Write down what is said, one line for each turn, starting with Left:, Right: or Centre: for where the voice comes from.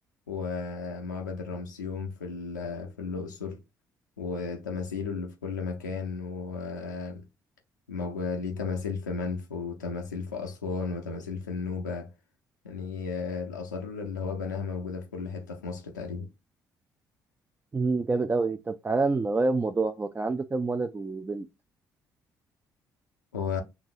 Left: ومعبد الرمسيوم في ال- في الاقصر وتماثيله اللي في كل مكان وموجود ليه تماثيل في منف وتماثيل في أسوان وتماثيل في النوبة يعني آه، الآثار اللي هو بناها موجودة في كل حتة في مصر تقريبا
Right: مم، جامد أوي طب تعالى نغير الموضوع هو كان عنده كام ولد وبنت؟
Left: هو